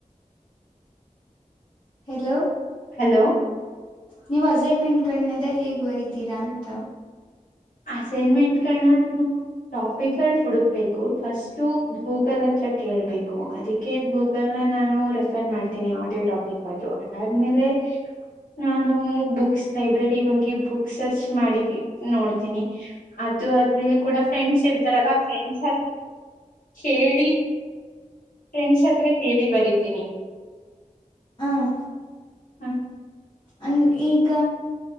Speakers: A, on the left (about 35°); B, on the left (about 80°).
A: ಹಲೋ
B: ಹಲೋ
A: ನೀವ್ ಅಸೈನ್ಮೆಂಟ್ಗಳನದ ಹೇಗ್ ಬರಿತೀರಾ ಅಂತ
B: ಅಸೈನ್ಮೆಂಟ್ಗಳನ್ನ ನಾನು ಟಾಪಿಕ್ಗಳು ಹುಡುಕ್ಬೇಕು ಫಸ್ಟು ಗೂಗಲ್ ಹತ್ರ ಕೇಳ್ಬೇಕು ಅದಕ್ಕೆ ಗೂಗಲ್ ನ ನಾನು ರೆಫ ರಿಫರ್ ಮಾಡ್ತೀನಿ ಯಾವುದೇ ಟಾಪಿಕ್ ಅದುೂ ಅದುಮೇಲೆ ನಾನು ಬುಕ್ಸ್ ಲೈಬ್ರರಿಗ್ ಹೋಗಿ ಬುಕ್ ಸರ್ಚ್ ಮಾಡಿ <unintelligible> ನೋಡ್ತಿ ತ್ರೀನೆ ಅದು ಅದೂಮೇಲೆ ಕೂಡ ಫ್ರೆಂಡ್ಸ್ ಇರ್ತಾರಲ್ಲ ಫ್ರಂಡ್ಸ್ ಕೇಳಿ ಫ್ರೆಂಡ್ ಹತ್ರ ಕೇಳಿ ಬರತೀನಿ
A: ಹ್ಮ್
B: ಹ್ಮ
A: ಹ್ ಈಗ